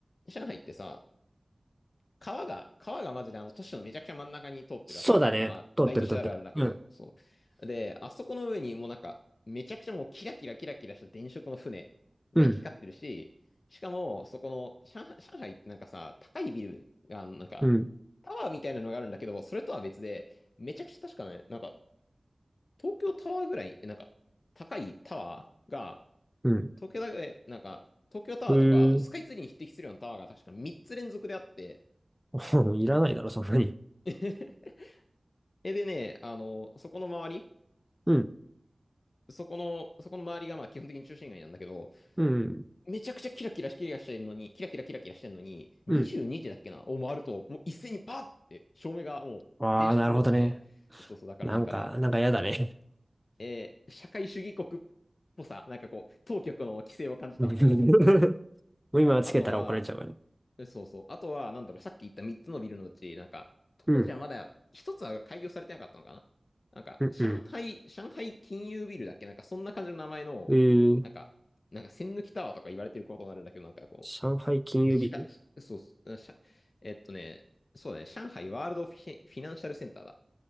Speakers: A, on the left; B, in the centre.
A: 上海ってさ、川が、川がマジであの都市のめちゃくちゃ真ん中に通ってるわけよ。
B: そうだね。
A: まあ、
B: 通ってる通ってる。
A: 大都市あるあるだけど、
B: うん。
A: そう。で、あそこの上にもうなんか、めちゃくちゃもうキラキラキラキラした電飾の船が行き交ってるし、
B: うん、
A: しかも、そこの、上海、上海ってなんかさ、高いビルが、なんか、
B: うん、
A: タワーみたいなのがあるんだけど、それとは別で、めちゃくちゃ確かね、なんか、東京タワーぐらい、なんか、高いタワーが、
B: うん。
A: 東京だけなんか、東京タワーとか、
B: へえ。
A: あとスカイツリーに匹敵するようなタワーが確か3つ連続であって、
B: <laughs> いらないだろ、そんなに。
A: <laughs> え、でね、あの、そこの周り、
B: うん、
A: そこの、そこの周りがまあ基本的に中心街なんだけど、
B: うん、
A: めちゃくちゃキラキラキラしてるのに、キラキラキラキラしてるのに、
B: うん。
A: 22時だっけな、を回ると、もう一斉にバーって照明がもう電飾を落ちて、
B: ああ、なるほどね。
A: そうそう、だからなんかね、
B: なんか、なんか嫌だね。
A: えー社会主義国っぽさ、なんかこう、当局の規制を感じたのと、
B: うん <laughs> もう今つけたら怒られちゃうからね。
A: あとは、えそうそう。あとは、なんだろう、さっき言った3つのビルのうち、なんか、当時はまだ一つは開業されてなかったのかななんか、
B: うん、うん、
A: 上海、
B: う
A: 上海金融ビルだっけなんか、そんな感じの名前の、
B: ん、えー、
A: なんか、なんか、栓抜きタワーとか言われてることになるんだけど、なんかこ
B: 上海金融ビル。
A: う、しか、しそうっす、あしゃ、えっとね、そうだね、上海ワールドフィ、フィナンシャルセンターだ。